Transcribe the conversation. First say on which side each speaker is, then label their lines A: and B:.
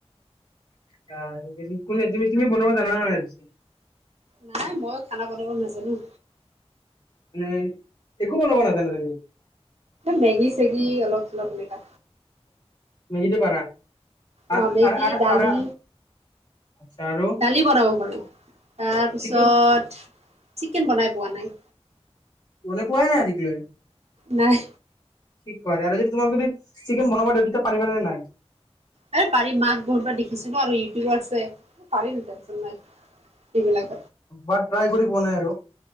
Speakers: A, on the left; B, on the right.
A: <unintelligible> কোনে তুমি-তুমি বনাবা জানা নাই, পিছে?
B: নাই মই খানা বনাব নাজানোঁ।
A: <unintelligible> একো বনাব নাজনা তুমি?
B: মেগী, চেগি অলপ, চলপ এনেকা
A: মেগীটো পাৰা? আ
B: অ', মেগী,
A: আৰু আৰু
B: দালি।
A: আৰু আচ্ছা আৰু
B: দালি বনাব পাৰোঁ, তাৰপিছত
A: চিকেন
B: চিকেন বনাই পোৱা নাই।
A: বনাই পোৱাই নাই আজিক লৈ?
B: নাই।
A: কি কোৱা, আৰু যদি তোমাক যদি, চিকেন বনাব দিওঁ তেতিয়া পাৰিবা নে নাই?
B: আৰে পাৰিম, মাক বহুতবাৰ দেখিছোঁ ন, আৰু ইউটিউব আছে, পাৰিম টেনশ্যন নাই। এইগিলাক
A: বাত ট্ৰাই কৰি পোৱা নাই আৰু?